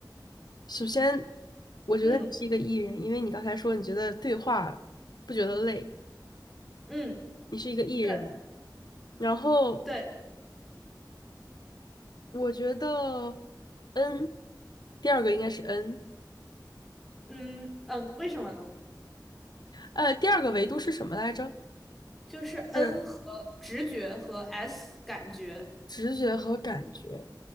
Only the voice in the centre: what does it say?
嗯
嗯，
对
对，
嗯嗯，为什么呢？
就是 N
和直觉和 S 感觉，